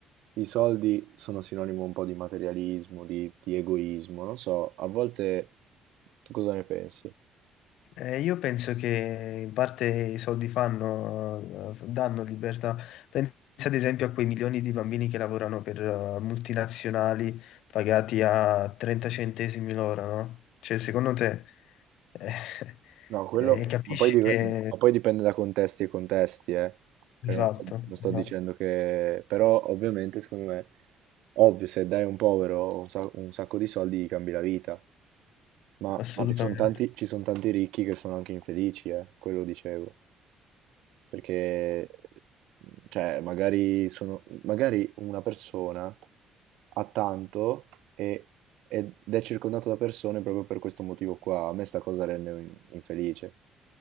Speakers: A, on the right (about 75°); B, on the left (about 75°).
A: i soldi sono sinonimo un po' di materialismo, di, di egoismo, non so, a volte tu cosa ne pensi?
B: Eh, io penso che in parte i soldi fanno, eh, danno libertà. Pensa ad esempio a quei milioni di bambini che lavorano per eh, multinazionali pagati a 30 centesimi l'ora, no? Cioè, secondo te, eh,
A: No, quello,
B: <laughs> eh, capisci
A: ma poi, dive-
B: che...
A: ma poi dipende da contesti e contesti, eh. Cioè,
B: Esatto,
A: Non sto, non sto
B: esatto,
A: dicendo che... Però ovviamente, secondo me, ovvio, se dai a un povero un, sa- un sacco di soldi gli cambi la vita, ma,
B: assolutamente.
A: ma ci sono tanti, ci son tanti ricchi che sono anche infelici, eh, quello dicevo. Perché, mhmm, cioè, magari sono, magari una persona ha tanto e- ed è circondato da persone proprio per questo motivo qua. A me sta cosa rende in- infelice.